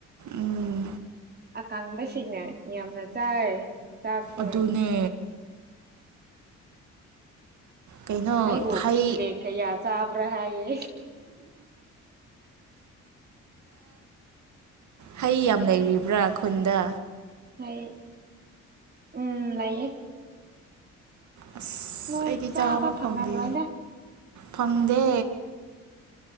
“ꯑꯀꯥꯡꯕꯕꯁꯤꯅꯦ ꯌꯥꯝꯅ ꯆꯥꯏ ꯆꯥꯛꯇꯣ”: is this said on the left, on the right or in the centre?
Right